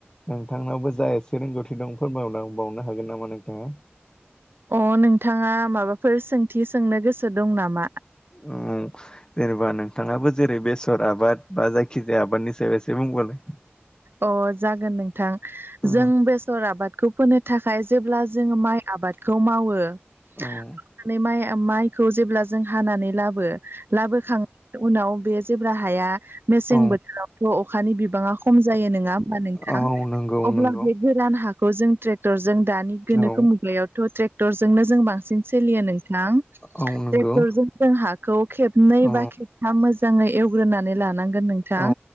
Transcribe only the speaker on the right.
अ नोंथाङा माबाफोर सोंथि सोंनो गोसो दं नामा
अ जागोन नोंथां
जों बेसर आबादखौ फोनो थाखाय जेब्ला जोङो माइ आबादखौ मावो मावनानै
माइ माइखौ जेब्ला जों हानानै लाबो लाबोखांनायनि उनाव बे जेब्ला हाया मेसें
बोथोरावथ' अखानि बिबाङा खम जायो नोङा होमबा नोंथां
अब्ला
बे गोरान हाखौ जों ट्रेक्टर जों दानि गोनोखो
मुगायावथ' ट्रेक्टरजोंनो जों बांसिन सोलियो नोंथां
ट्रेक्टरजों
जों हाखौ खेबनै
बा खेबथाम मोज जाङै एवग्रोनानै लानांगोन नोंथां